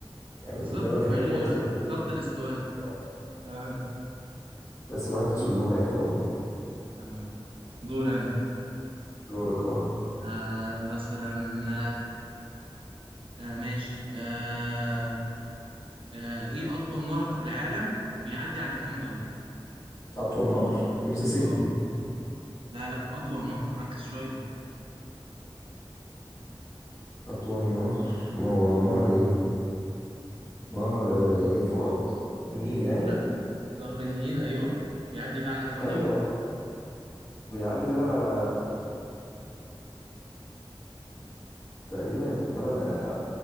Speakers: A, on the left; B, on the right.
A: يعني
B: بالظبط
A: ده اللي انا
B: ما
A: فاكرها
B: هي
A: كويس أوي.
B: خط الاستواء
A: اه
B: تمام
A: بس الواحد نفسه يزورها يا اخي والله
B: تمام دور أنا
A: دورك اه
B: آه مثلا آه آه، ماشي آه آه إيه أطول نهر في العالم وبيعدي على كام دولة؟
A: اطول نهر المسيسيبي
B: أه لا لا أطول نهر ركز شوية
A: اطول نهر ما هو نهر ايه نهر آه، الفرات النيل يعني
B: لا نهر النيل أيوه بيعدي بقى على كام
A: ايوه
B: دولة؟
A: آه. بيعدي تقريبا على تقريبا تما- آه،